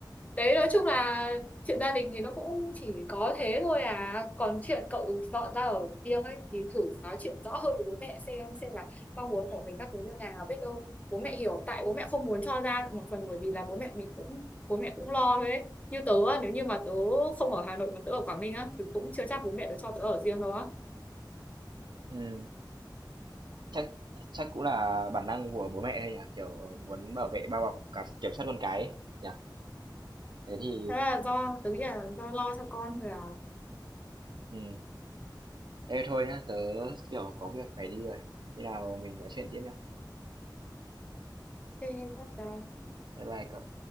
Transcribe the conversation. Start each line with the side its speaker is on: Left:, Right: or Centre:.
Left: đấy nói chung là chuyện gia đình thì nó cũng chỉ có thế thôi à còn chuyện cậu dọn ra ở riêng ấy thì thử nói chuyện rõ hơn với bố mẹ xem xem là mong muốn của mình các thứ như nào biết đâu bố mẹ hiểu tại bố mẹ không muốn cho ra một phần bởi vì là bố mẹ mình cũng bố mẹ cũng lo thôi ấy như tớ á, nếu như mà tớ không ở Hà Nội mà tớ ở Quảng Ninh á thì cũng chưa chắc bố mẹ tớ cho tớ ở riêng đâu á
Right: Ừ, chắc chắc cũng là bản năng của bố mẹ thôi nhỉ? Kiểu muốn bảo vệ, bao bọc, cả kiểm soát con cái ấy, nhỉ? Thế thì,
Left: thế là do tớ nghĩ là do lo cho con rồi à
Right: ừ, ê thôi nhá, tớ, kiểu, có việc phải đi rồi. Khi nào mình nói chuyện tiếp nhá.
Left: thế bye bye
Right: Bye bye cậu.